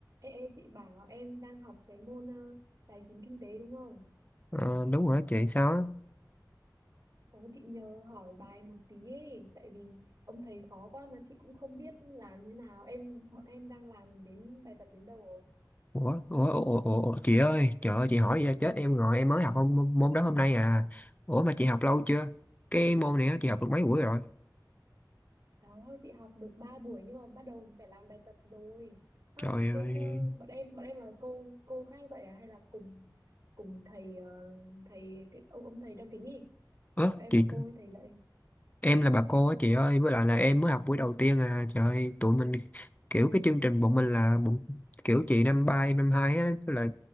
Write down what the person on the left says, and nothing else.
Ờ, đúng rồi đó chị sao á
ủa ủa, ủa, ủa, ủa chị ơi trời ơi chị hỏi vậy chết em rồi em mới học môn, môn đó hôm nay à ủa mà chị học lâu chưa cái môn này á, chị học được mấy buổi rồi
trời ơi
ớ
chị
em là bà cô á chị ơi với lại là em mới học buổi đầu tiên à trời ơi, tụi mình kiểu cái chương trình bọn mình là bọn, kiểu chị năm ba em năm hai á tức là